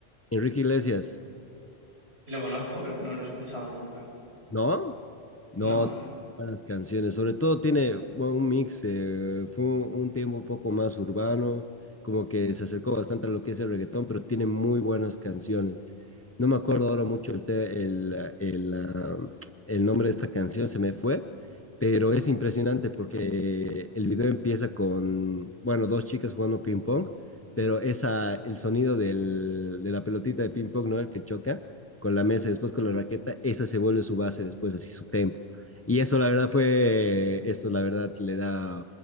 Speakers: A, on the left (about 20°); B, on the right (about 80°).
A: Enrique Iglesias,
B: Lo conozco, pero no lo he escuchado nunca.
A: ¿no? No,
B: No, no, no.
A: Buenas canciones, sobre todo tiene bueno, un mix, eh, fue un, un tiempo un poco más urbano, como que se acercó bastante a lo que es el reggaetón, pero tiene muy buenas canciones. No me acuerdo ahora mucho el, te- el, ah, el, ah, el nombre de esta canción, se me fue, pero es impresionante porque el video empieza con, bueno, dos chicas jugando ping pong, pero esa, el sonido del, de la pelotita de ping pong, ¿no? El que choca con la mesa y después con la raqueta, esa se vuelve su base después, así su tempo. Y eso, la verdad, fue, eso, la verdad, le da